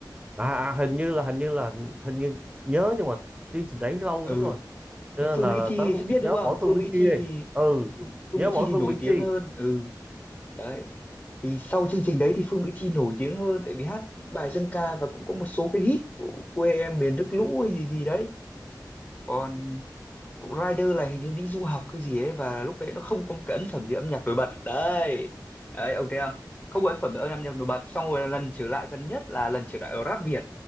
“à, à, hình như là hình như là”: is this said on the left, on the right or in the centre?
Right